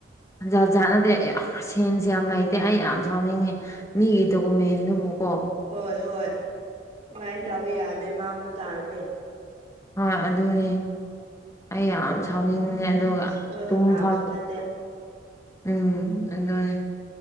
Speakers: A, on the left; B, on the right.
A: ꯖꯥꯠ ꯖꯥꯠ ꯅꯠꯇꯦ ꯑꯌꯥ ꯁꯦꯟꯁ ꯌꯥꯝ ꯂꯩꯇꯦ ꯑꯩ ꯌꯥꯝ ꯁꯥꯎꯅꯤꯡꯉꯤ ꯃꯤꯒꯤ ꯗꯣꯀꯨꯃꯦꯟꯗꯨꯕꯨ ꯀꯣ
B: ꯍꯣꯏ ꯍꯣꯏ ꯑꯗꯨꯃꯥꯏꯅ ꯇꯧꯕ ꯌꯥꯗꯦ ꯃꯥꯡꯕ ꯇꯥꯔꯗꯤ
A: ꯍꯣꯏ ꯑꯗꯨꯅꯦ ꯑꯩ ꯌꯥꯝ ꯁꯥꯎꯅꯤꯡꯕꯅꯦ <unintelligible>
B: ꯅꯣꯏ
A: ꯇꯨꯝꯐꯥꯎ
B: ꯈꯪꯅꯕꯁꯨ ꯅꯠꯇꯦ
A: ꯎꯝ ꯑꯗꯨꯅꯦ